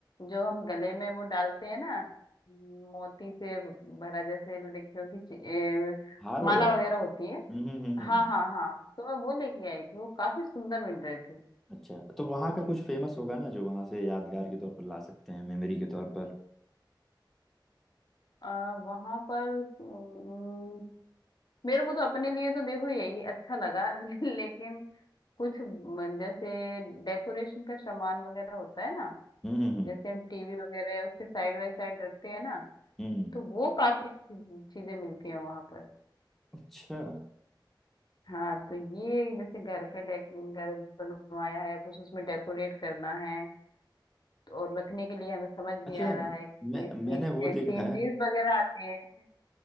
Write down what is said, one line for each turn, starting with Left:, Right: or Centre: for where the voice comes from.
Left: जो हम गले में वो डालते हैं ना मोती से भरा जैसे लड़कियों की ची- ए,
Centre: हार
Left: माला
Centre: वगैरह
Left: वगैरह होती है
Centre: हम्म हम्म हम्म,
Left: हाँ
Centre: हम्म। हम्म।
Left: हाँ हाँ तो मैं वो लेके आई थी वो काफी सुंदर मिल रहे थे
Centre: अच्छा तो वहाँ का कुछ फेमस होगा ना जो वहाँ से यादगार के तौर पर ला सकते हैं मेमोरी के तौर पर
Left: आ, वहां पर अम, मेरे को तो अपने लिए तो देखो यही अच्छा लगा <laughs> लेकिन कुछ म- जैसे डेकोरेशन का सामान वगैरह होता है ना
Centre: हम्म हम्म हम्म
Left: जैसे हम टीवी वगैरह है, उसके साइड बाय साइड रखते हैं ना
Centre: हम्म।
Left: तो वो काफी अच्छी चीजें मिलती हैं वहां पर
Centre: अच्छा
Left: हाँ तो ये जैसे घर का डेक घर बनवाया है कुछ उसमें डेकोरेट करना है तो और रखने के लिए हमें समझ नहीं
Centre: अच्छा
Left: आ रहा
Centre: मैं
Left: है कि
Centre: मैंने वो
Left: सीनरीज
Centre: देखा है
Left: वगैरह आती है